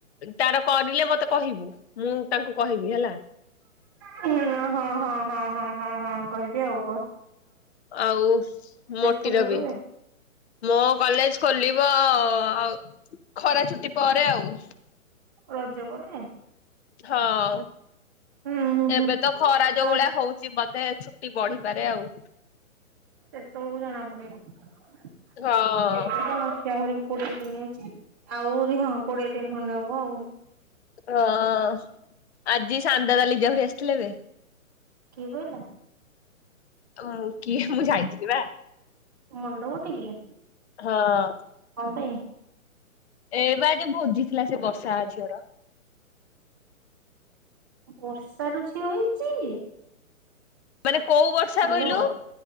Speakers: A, on the left (about 50°); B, on the right (about 15°).
A: ତାର କରିଲେ ମତେ କହିବୁ ମୁଁ ତାଙ୍କୁ କହିବି ହେଲା
B: ହଁ ହଁ ହଁ ହ ହ ହ କହିବି ଆଉ କ
A: ଆଉ ମଟିର
B: ଖୋଲିବ
A: ବି
B: କେବେ
A: ମୋ କଲେଜ ଖୋଲିବ ଆଉ। ଖରା ଛୁଟି ପରେ ଆଉ।
B: ରଜ ପରେ।
A: ହଁ
B: ହୁଁ ହୁଁ
A: ଏବେ ତ
B: ଫାଷ୍ଟ
A: ଖରା ଯୋଉ ଭଳିଆ ହଉଛି ବୋଧେ ବଢିପାରେ ଆଉ।
B: ହ ତଳକୁ ଜଣା ପଡିବ କେତେ
A: ହଁ।
B: କଣ ଅଛି ଆହୁରି। ପ ଦିନିଛି। ଆହୁରି ହଁ କୋଡିଏ ଦିନ ଖଣ୍ଡେ। ହଉ।
A: ହଁ ଆଜି ସାନ୍ ଦାଦା ଲିଜା ଖୁଡି ଆସିଥିଲେ ଯେ।
B: କିଏ କହିଲ।
A: ମୁଁ କିଏ ମୁଁ ଯାଇଥିଲି ବା।
B: ମୁଣ୍ଡ ଗୋଟିକି
A: ହଁ
B: ତମ ପାଇଁ?
A: ଏ ବା ଆଜି ଭୋଜି ଥିଲା ସେ ବର୍ଷା ଝିଅର।
B: ବର୍ଷା ର ଝିଅ ହେଇଛି।
A: ମାନେ କୋଉ ବର୍ଷା
B: ହ୍ୟାଲୋ
A: କହିଲୁ।